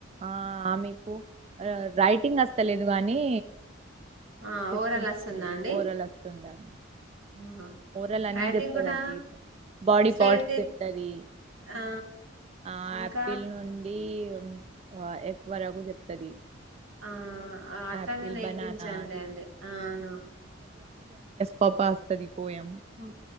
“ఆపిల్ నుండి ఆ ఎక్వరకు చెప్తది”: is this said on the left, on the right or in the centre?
Right